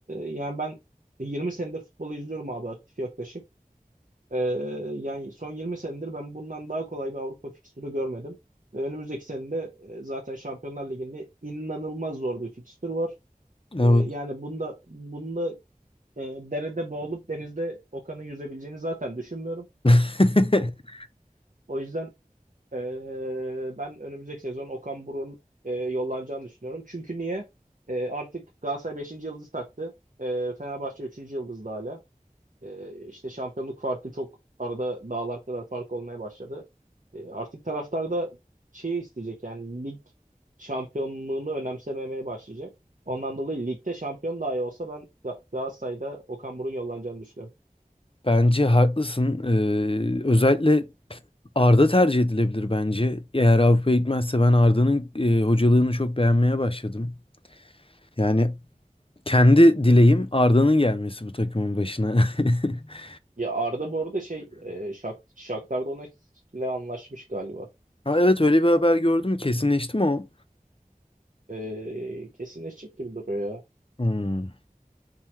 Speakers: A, on the right; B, on the left.
A: yani ben 20 senedir futbolu izliyorum abi aktif yaklaşık. E, yani son 20 senedir ben bundan daha kolay bir Avrupa fikstürü görmedim. Ve önümüzdeki senede e, zaten Şampiyonlar Ligi'nde inanılmaz zor bir fikstür var.
B: Evet.
A: E, yani bunda bunda e, derede boğulup denizde Okan'ı yüzebileceğini zaten düşünmüyorum.
B: <laughs>
A: O yüzden e, ben önümüzdeki sezon Okan Buruk'un e, yollanacağını düşünüyorum. Çünkü niye? E, artık Galatasaray beşinci yıldız taktı. E, Fenerbahçe üçüncü yıldızda hala. E, işte şampiyonluk farkı çok arada dağlar kadar fark olmaya başladı. E, artık taraftar da şeyi isteyecek yani lig şampiyonluğunu önemsememeye başlayacak. Ondan dolayı ligde şampiyon dahi olsa ben Ga- Galatasaray'da Okan Buruk'un yollanacağını düşünüyorum.
B: Bence haklısın. Ee, özellikle Arda tercih edilebilir bence. Eğer Avrupa'ya gitmezse ben Arda'nın e, hocalığını çok beğenmeye başladım. Yani kendi dileğim Arda'nın gelmesi bu takımın başına. <laughs>
A: Ya Arda bu arada şey e, Şak, Shakhtar Donetsk'le anlaşmış galiba.
B: Ha, evet öyle bir haber gördüm. Kesinleşti mi o?
A: E, kesinleşecek gibi duruyor ya.
B: Hmm,